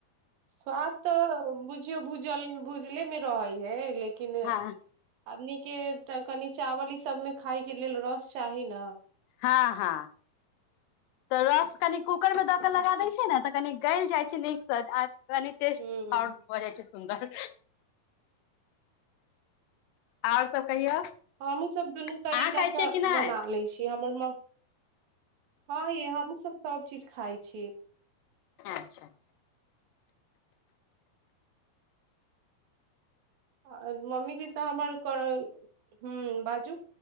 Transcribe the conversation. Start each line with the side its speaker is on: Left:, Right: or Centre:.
Right: स्वाद तऽ बुझियौ भूजल भूजले मे रहै है लेकिन किन
Left: हँ
Right: आदमी के तऽ कनि चावल ई सबमे खााय के लेल रस चाही ने
Left: हँ हँ तऽ रस कनि कूकरमे दऽ कऽ लगा दैत छियै ने तऽ कनी गलि जाइत छैय नीकसँ आ टेस्ट
Right: हूँ
Left: आ बर छैय। सुन्दर आओर सब कहियौ।
Right: हमहु सब दुनू
Left: अहाँ
Right: तरीकासँ
Left: खाइ छियै कि नहि
Right: बना लै छीय हमर म हँ य हमहुँ सब सब चीज खाइ छी।
Left: अच्छा
Right: आर मम्मीजी तऽ हमर ह बाजू